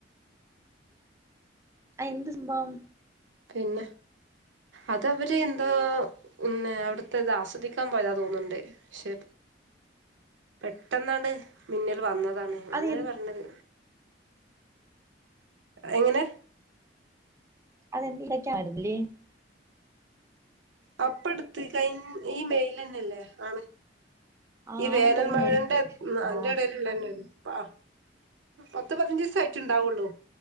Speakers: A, on the right; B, on the right.
A: ആ എന്ത്‌ സമ്പം
B: പിന്നെ അതവര് എന്തോ പിന്നെ അവ്ട്ത്തത് ആസ് ശ്രദ്ധിക്കാൻ പോയതാ തോന്ന്ണ്ട് പക്ഷേ പെട്ടെന്നാണ്ട് മിന്നൽ വന്നതാണ് അങ്ങനെയാ
A: അത്
B: പർഞ്ഞത് എങ്ങനെ
A: അതെന്ത് ഇടയ്ക്കാൻമായിരുന്നില്ലേ
B: ആ പ്പട്ത്ത് കയ് ഈ മെയ്ലെന്നെല്ലേ ആണ്
A: ആ
B: ഈ
A: ആണെന്ന്
B: വേനൽ
A: തോന്നുന്നു
B: മഴന്റെ
A: എനിക്ക്
B: ഉം
A: ആ
B: അയ്ന്റെടയ്ൽ ഇള്ളെന്നെര്ന്നു വ ആ പത്ത് പതിനഞ്ജീസായ്റ്റ് ണ്ടാവുള്ളൂ